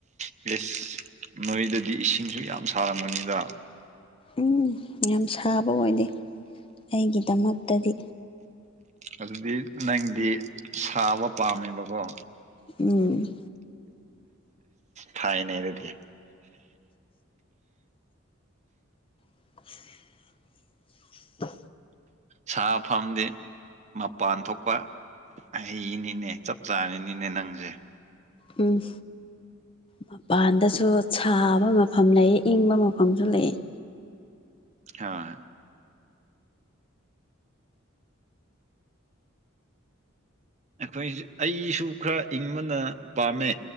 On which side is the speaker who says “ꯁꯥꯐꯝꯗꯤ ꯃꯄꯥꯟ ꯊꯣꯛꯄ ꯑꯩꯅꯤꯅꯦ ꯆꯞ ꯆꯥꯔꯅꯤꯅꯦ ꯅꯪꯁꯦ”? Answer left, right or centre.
Right